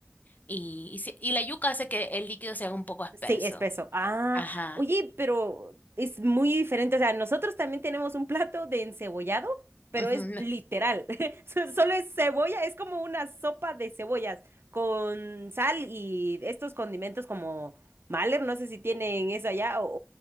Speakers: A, on the left (about 40°); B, on the right (about 65°).
A: y, y, se- y la yuca hace que el líquido se haga un poco espeso.
B: Sí, espeso. Ah,
A: Ajá.
B: oye, pero es muy diferente. O sea, nosotros también tenemos un plato de encebollado, pero
A: ujú,
B: es
A: no,
B: literal. <laughs> So- Solo es cebolla, es como una sopa de cebollas con sal y estos condimentos como Mahler, no sé si tienen eso allá, o,